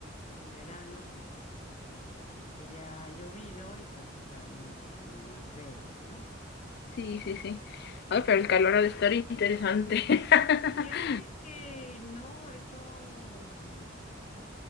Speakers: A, on the left; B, on the left.
A: en verano que, que ya ha llovido y pues está muchísimo más verde, ¿no?
B: Sí, sí, sí. Ay, pero el calor ha de estar interesante. <laughs>
A: Fíjate que no, eso mm,